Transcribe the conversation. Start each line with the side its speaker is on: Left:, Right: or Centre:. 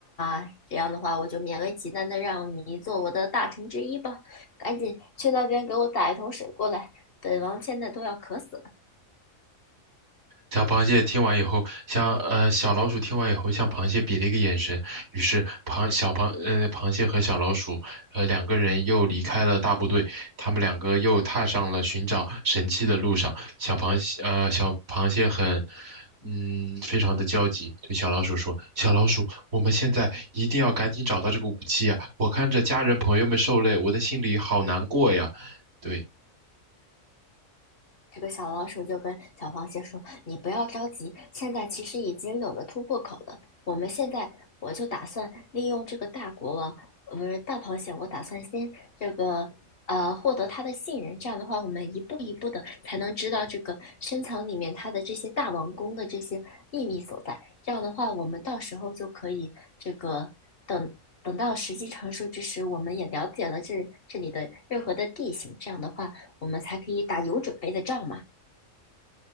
Left: 那这样的话，我就勉为其难的让你做我的大臣之一吧。赶紧去那边给我打一桶水过来，本王现在都要渴死了。”
Right: 小螃蟹听完以后，像呃小老鼠听完以后，向螃蟹比了一个眼神，于是螃小螃呃螃蟹和小老鼠呃两个人又离开了大部队，他们两个又踏上了寻找神器的路上。小螃蟹呃小螃蟹很嗯非常的焦急，对小老鼠说：“小老鼠，我们现在一定要赶紧找到这个武器啊！我看着家人朋友们受累，我的心里好难过呀。”对。
Left: 这个小老鼠就跟小螃蟹说：“你不要着急，现在其实已经有了突破口了。我们现在我就打算利用这个大国王，呃不是大螃蟹，我打算先这个呃获得他的信任。这样的话，我们一步一步的才能知道这个深藏里面它的这些大王宫的这些秘密所在。这样的话，我们到时候就可以这个等。”等到时机成熟之时，我们也了解了这这里的任何的地形。这样的话，我们才可以打有准备的仗嘛。